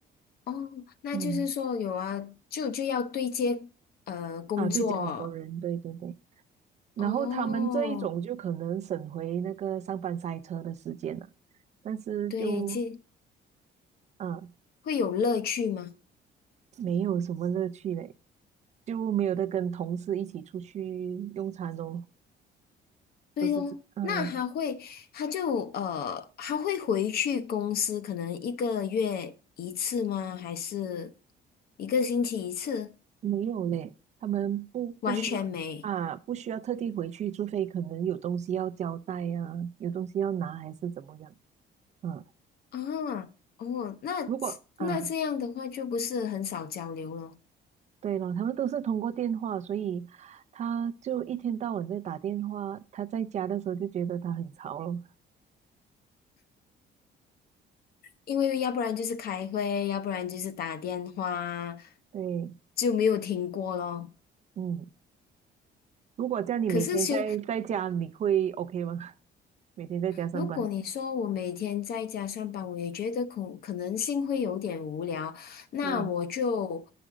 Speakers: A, on the left; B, on the right.
A: 哦，那就是说有啊，
B: 嗯，
A: 就就要对接呃工作
B: 啊，对，讲很多人，对对对。然后他们这一种就可能省回那个上班塞车的时间了，
A: 哦，
B: 但是就
A: 对，其
B: 啊
A: 会有乐趣吗？
B: 没有什么乐趣嘞，就没有的跟同事一起出去用餐哦，
A: 对哦，
B: 都是这嗯
A: 那他会，他就呃，他会回去公司，可能一个月一次吗？还是一个星期一次？
B: 没有嘞，他们不不需要啊，
A: 完全没
B: 不需要特地回去，除非可能有东西要交代呀、啊，有东西要拿还是怎么样。嗯，
A: 啊，哦，那这那这样的话就不是很少交流了，
B: 如果啊，对了，他们都是通过电话，所以他就一天到晚在打电话。他在家的时候就觉得他很潮了。
A: 因为要不然就是开会，要不然就是打电话，
B: 对，
A: 就没有停过咯。
B: 嗯，如果叫你每天在在家，
A: 可是休
B: 你会 OK 吗？<laughs> 每天在家上班？
A: 如果你说我每天在家上班，我也觉得可可能性会有点无聊，那我就
B: 对，